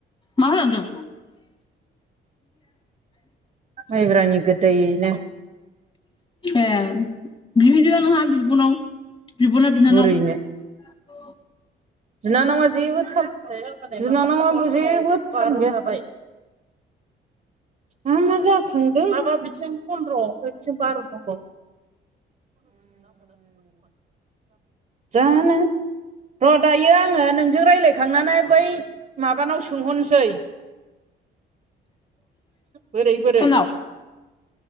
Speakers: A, on the left; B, on the right.
A: मा होलांदों?
B: माइब्रानि गोदैनो।
A: ए बिहैदो नोंहा बिबनाव, बिब' ना बिनानाव?
B: बुरैनो
A: अ
B: बिनानावा जेबो थाब बिनानावआथ' जेबो थाल गैया आमफ्राय। मा मा जाखांदों माबा बिथिं फन्द्र'आव बिथिं बार' दंबावो। जानो? र' दायो आङो नोंजों रायज्लायखांनानै बै माबानाव सोंहरनोसै। बोरै बोरै
A: सोरनाव?